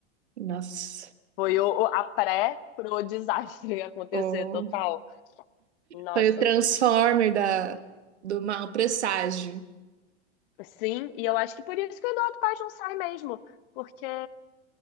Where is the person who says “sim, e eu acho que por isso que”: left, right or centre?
Left